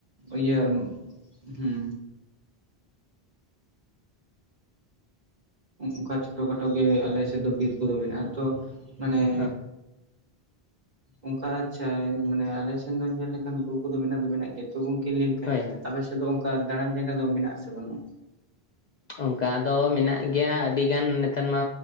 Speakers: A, on the right; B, on the left.
A: ᱤᱭᱟᱹᱢ
B: ᱦᱳᱭ
A: ᱦᱩᱸ ᱚᱱᱠᱟ ᱪᱷᱳᱴᱳ-ᱠᱷᱟᱴᱳ ᱜᱮ ᱟᱞᱮ ᱥᱮᱫ ᱫᱚ ᱵᱤᱨ ᱠᱚᱫᱚ ᱢᱮᱱᱟᱜ-ᱟ ᱛᱚ, ᱢᱟᱱᱮᱸᱼᱼ
B: ᱦᱮᱸ
A: ᱚᱱᱠᱟ ᱟᱪᱪᱷᱟ ᱢᱟᱱᱮᱸ ᱟᱞᱮ ᱥᱮᱱ ᱫᱚ ᱧᱮᱞ ᱞᱮᱠᱷᱟᱱ ᱵᱩᱨᱩ ᱠᱚᱫᱚ ᱢᱮᱱᱟᱜ ᱫᱚ ᱢᱮᱱᱟᱜ ᱜᱮᱭᱟ ᱛᱚ ᱜᱚᱝᱠᱼᱼ ᱠᱮ ᱞᱟᱹᱭ ᱞᱮᱠᱷᱟᱡ
B: ᱦᱳᱭ ᱦᱳᱭ
A: ᱟᱯᱮ ᱥᱮᱫ ᱫᱚ ᱚᱱᱠᱟ ᱫᱟᱬᱟᱱ ᱡᱟᱭᱜᱟ ᱫᱚ ᱢᱮᱱᱟᱹᱜ ᱟᱥᱮ ᱵᱟᱹᱱᱩᱜ-ᱟ?
B: ᱚᱱᱠᱟ ᱫᱚ ᱢᱮᱱᱟᱜ ᱜᱮᱭᱟ ᱟᱹᱰᱤᱜᱟᱱ ᱱᱮᱛᱟᱨ ᱢᱟᱼᱼ